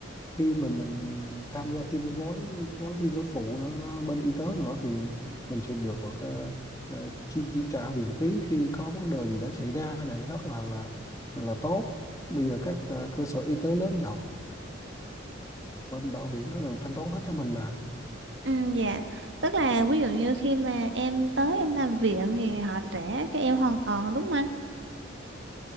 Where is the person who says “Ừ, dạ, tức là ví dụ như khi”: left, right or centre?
Right